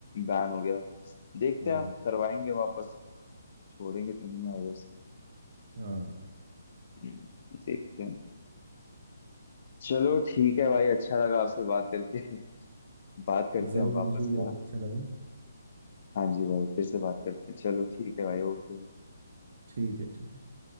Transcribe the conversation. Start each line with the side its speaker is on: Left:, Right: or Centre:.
Left: बैन हो गया देखते
Right: हाँ
Left: हैं करवाएंगे वापस छोड़ेंगे तो नहीं आई
Right: हाँ,
Left: हम्म, देखते हैं चलो ठीक है भाई अच्छा लगा आपसे बात करके <laughs> बात करते
Right: जरूर
Left: हैं हम वापस
Right: मुझे भी बहुत
Left: यार
Right: अच्छा लगा
Left: हाँ जी भाई फिर से बात करते हैं चलो ठीक है भाई ओके
Right: ठीक है ठीक है